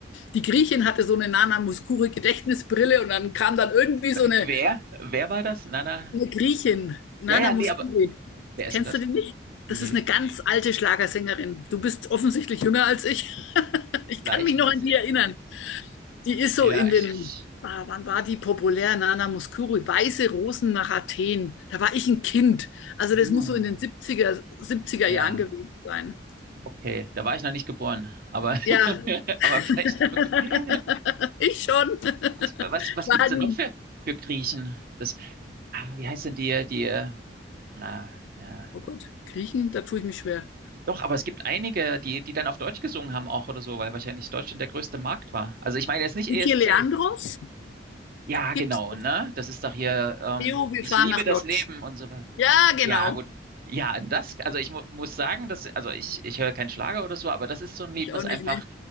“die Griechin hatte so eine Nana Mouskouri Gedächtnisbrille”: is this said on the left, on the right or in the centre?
Left